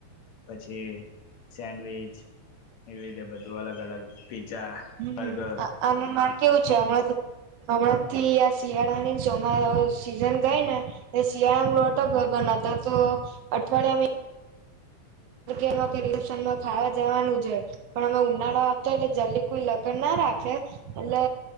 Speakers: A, on the left; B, on the right.
A: પછી સેન્ડવીચ એવી રીતે બધું અલગ અલગ પીઝા
B: હમ
A: બર્ગર
B: આ આમાં માર કેવું છે આમાંથી હમણાં થી આ શિયાળાની ચોમા સીઝન ગઈને એ શિયાળા લોટક ગગન હઆ તો અઠવાડિયામાં એમાં કે રિપ્શન માં ખાવા જવાનું છે પણ અમે ઉનાળો આપતો એટલે જલ્દી કોઈ લગ્ન નથી ના રાખે એટલે